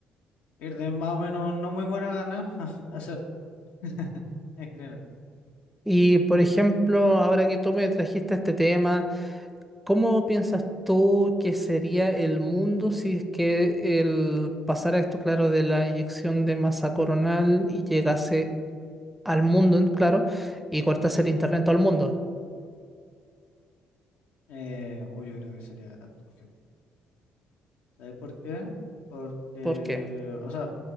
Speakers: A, on the left; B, in the centre.
A: Ir de más o menos no muy buena gana <laughs> a hacer <laughs> en general.
B: Y por ejemplo, ahora que tú me trajiste este tema, ¿cómo piensas tú que sería el mundo si es que el pasara esto, claro, de la eyección de masa coronal y llegase al mundo, en claro, y cortase el internet en todo el mundo?
A: Eh, uy, yo creo que sería catastrófico. ¿Sabes por qué? Porque,
B: ¿Por qué?
A: o sea,